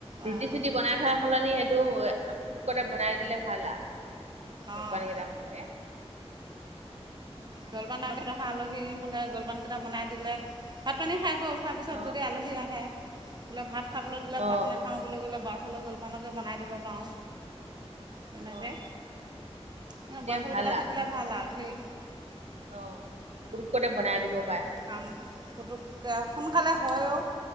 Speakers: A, on the right; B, on the right.
A: ৰুটি-চুটি
B: অঁ
A: বনাই থকা সলনি সেইট পুতুক কণে বনাই দিলে ভাল আ জলপান
B: অঁ
A: কেইটামানকে।
B: জলপান আগত আলহী হলে জলপান কেইটা বনাই দিলে ভাত পানী খাই গৈ উঠাৰ পিছত
A: অ',
B: যদি আলহী আহে, বোলে ভাত খাবলৈ দিলে
A: অ',
B: ভাত নাখাওঁ বুলি ক'লে, বৰা হলেওঁ জলপানকে বনাই দিব পাৰোঁ। তেনেকে।
A: অ',
B: এ
A: তেতিয়া
B: বৰাচাউল
A: ভাল
B: কেইটা
A: আ।
B: থাকিলে ভাল আৰু ধেই
A: অ পুৰুকতে বনাই দিব পাৰে,
B: কাম পুতুককে সোনকালে হয় অ।